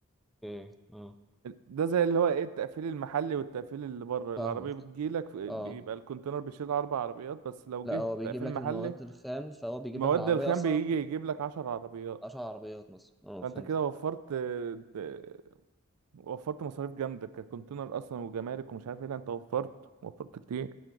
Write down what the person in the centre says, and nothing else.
ايه اه
فاهمك
اه
لا
هو بيجيب
لك
المواد الخام فهو بيجيب
لك العربيه
اصلا
اشهر عربيات مصر اه
فهمت